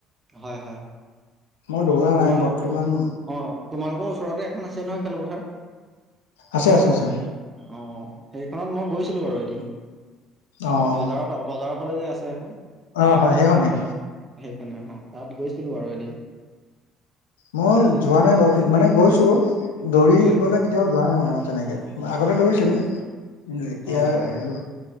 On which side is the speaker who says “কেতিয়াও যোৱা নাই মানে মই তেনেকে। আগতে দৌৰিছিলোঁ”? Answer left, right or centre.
Left